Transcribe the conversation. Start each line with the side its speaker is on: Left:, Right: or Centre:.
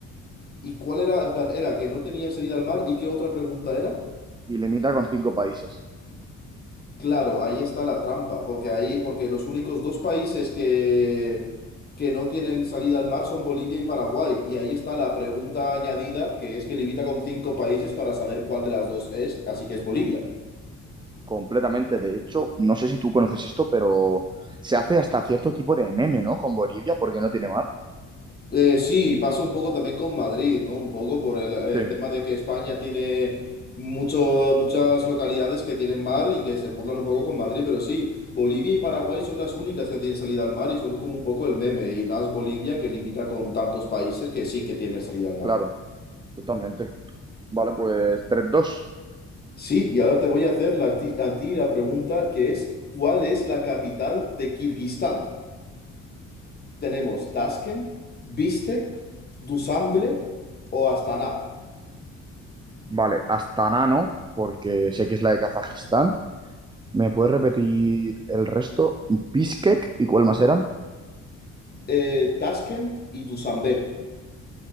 Left: ¿Y cuál era? En plan, era que no tenían salida al mar. ¿Y qué otra pregunta era?
Right: Y limita con cinco países.
Left: Claro, ahí está la trampa, porque ahí, porque los únicos dos países que, que no tienen salida al mar son Bolivia y Paraguay. Y ahí está la pregunta añadida, que es que limita con cinco países para saber cuál de las dos es, así que es Bolivia.
Right: Completamente. De hecho, no sé si tú conoces esto, pero se hace hasta cierto tipo de meme, ¿no? Con Bolivia, porque no tiene mar.
Left: Eh, sí, pasa un poco también con Madrid, ¿no? Un poco por el, el
Right: Sí,
Left: tema de que España tiene mucho, muchas localidades que tienen mar y que se burlan un poco con Madrid, pero sí, Bolivia y Paraguay son las únicas que no tienen salida al mar y son como un poco el meme, y más Bolivia que limita con tantos países que sí que tienen salida al mar.
Right: Claro, totalmente. Vale, pues tres dos
Left: Sí, y ahora te voy a hacer la ti- a ti la pregunta que es, ¿cuál es la capital de Kirguistán? Tenemos Tashkent, Bishkek, Dushanbe o Astana.
Right: Vale, Astana no, porque sé que es la de Kazajistán. ¿Me puedes repetir el resto? Bishkek, ¿y cuál más eran?
Left: eh, Tashkent y Dusanbe.